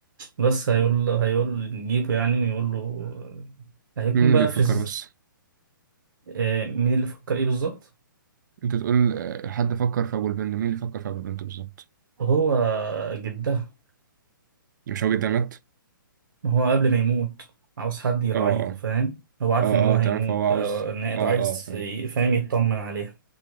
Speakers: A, on the right; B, on the right.
A: بس هيقول له هيقول نجيبه يعني ويقول له هيكون
B: مين
A: بقى
B: اللي يفكر
A: في ز-
B: بس
A: آه، مين اللي فكر ايه بالظبط
B: انت تقول آه، حد فكر في ابو البنت مين اللي فكر في ابو البنت بالظبط
A: هو جدها
B: مش هو جدها مات
A: ما هو قبل ما يموت عاوز حد يراعيها
B: اه اه
A: فاهم هو عارف
B: اه
A: ان هو
B: اه
A: هيموت
B: تمام فهو عاوز
A: آه، إن هي-
B: اه
A: عايز
B: اه تمام
A: ي- فاهم يطمن عليها